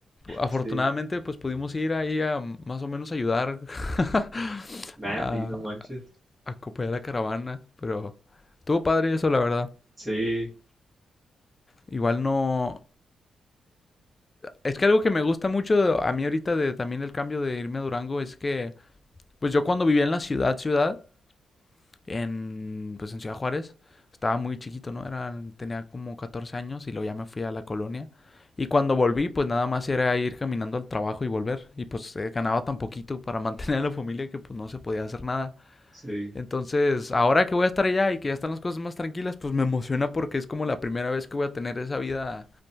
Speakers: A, on the left (about 35°); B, on the right (about 20°).
A: Afortunadamente,
B: Sí,
A: pues pudimos ir ahí a mm, más o menos ayudar <laughs>
B: nada,
A: a
B: sí, no manches.
A: a acompañar la caravana, pero estuvo padre eso, la verdad.
B: Sí,
A: Igual no, Es que algo que me gusta mucho a mí ahorita de también el cambio de irme a Durango es que, pues yo cuando vivía en la ciudad, ciudad, en, pues en Ciudad Juárez, estaba muy chiquito, ¿no? Era, tenía como 14 años y luego ya me fui a la colonia. Y cuando volví, pues nada más era ir caminando al trabajo y volver. Y pues eh, ganaba tan poquito para <laughs> mantener a la familia que pues no se podía hacer nada.
B: sí,
A: Entonces, ahora que voy a estar allá y que ya están las cosas más tranquilas, pues me emociona porque es como la primera vez que voy a tener esa vida